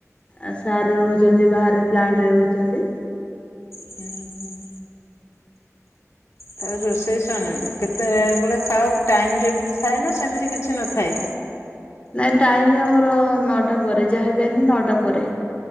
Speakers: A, on the left (about 20°); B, on the left (about 60°).
A: ଆ ସାରରେ ରହୁଛନ୍ତି ବାହାରେ ପ୍ଲାଣ୍ଟ ରେ ରହୁଛନ୍ତି।
B: ହୁଁ ହୁଁ। ତା ରୋଷେଇ ସାରିଲାଣି କେତେବେଳେ ବେଳେ ଖାଅ ଟାଇମ ଟେବୁଲୁ ଥାଏ ନା ସେମିତି କିଛି ନଥାଏ।
A: ନାଇଁ ଟାଇମ ଆମର ନଅଟା ପରେ ଯାହାବି ହେନେ ନଅଟା ପରେ।